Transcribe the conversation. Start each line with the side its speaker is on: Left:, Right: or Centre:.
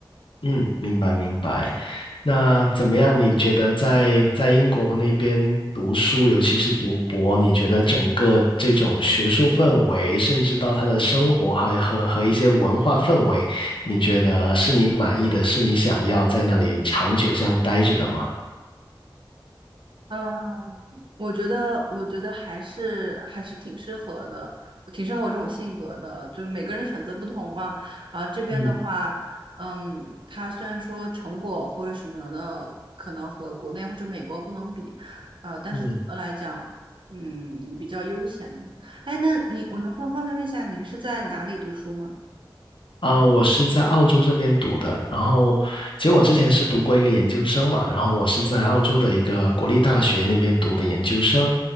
Left: 嗯，明白明白。那怎么样？你觉得在在英国那边读书，尤其是读博，你觉得整个这种学术氛围，甚至到他的生活还和和一些文化氛围，你觉得是你满意的，是你想要在那里长久这样待着的吗？
Right: 嗯，我觉得，我觉得还是还是挺适合的，挺适合我这种性格的。就是每个人选择不同嘛。啊，这边的话，
Left: 嗯
Right: 嗯，它虽然说成果或者什么的，可能和国内或者美国不能比，呃，但是总的来讲，
Left: 嗯，
Right: 嗯，比较悠闲一点。哎，那你，我能方方便问一下，您是在哪里读书吗？
Left: 啊、我是在澳洲这边读的，然后其实我之前是读过一个研究生嘛，然后我是在澳洲的一个国立大学那边读的研究生，